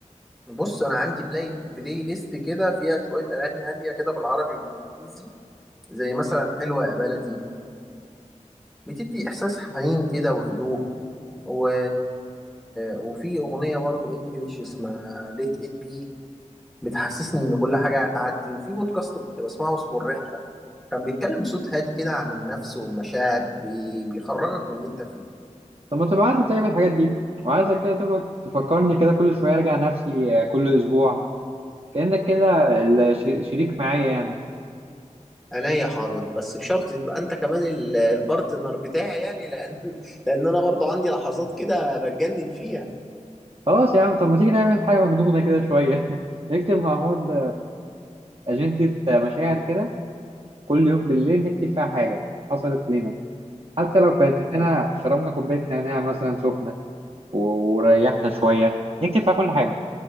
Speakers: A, in the centre; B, on the right.
A: بص أنا عندي بلاي بلاي ليست كده فيها شوية أغاني هادية كده بالعربي والإنجليزي زي مثلا حلوة يا بلدي بتدي إحساس حنين كده وهدوء و... وفي اغنيه برضو انجليش اسمها ليت ات بي بتحسسني ان كل حاجه هتعدي وفي بودكاست كنت بسمعه اسمه الرحله كان بيتكلم بصوت هادي كده عن النفس والمشاعر بي... بيخرجك من اللي انت فيه
B: طب ما تبعت لي طيب الحاجات دي وعايزك كده تفكر تفكرني كده كل شويه ارجع نفسي آه، كل اسبوع كانك كده الش- شريك معايا يعني
A: عينيا حاضر بس بشرط تبقى انت كمان ال- البارتنر بتاعي يعني لان <laughs> لان انا برضو عندي لحظات كده بتجنن فيها
B: خلاص يا عم طب ما تيجي نعمل حاجه مجنونه كده شويه <laughs> نكتب مع بعض اجنده مشاعر كده كل يوم بالليل نكتب فيها حاجه حصلت لنا حتى لو كانت اننا شربنا كوبايه نعناع مثلا سخنه و- وريحنا شويه نكتب فيها كل حاجه